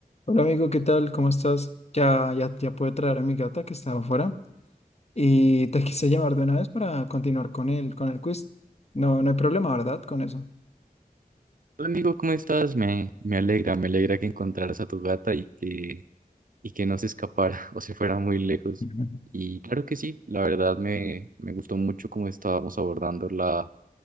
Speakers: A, on the left; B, on the right.
A: Hola amigo, ¿qué tal? ¿Cómo estás? Ya, ya, ya pude traer a mi gata que estaba afuera y te quise llamar de una vez para continuar con el, con el quiz. No, no hay problema, ¿verdad? Con eso.
B: Hola amigo, ¿cómo estás? Me, me alegra, me alegra que encontraras a tu gata y que, y que no se escapara <laughs> o se fuera muy lejos.
A: <laughs>
B: Y claro que sí, la verdad me, me gustó mucho cómo estábamos abordando la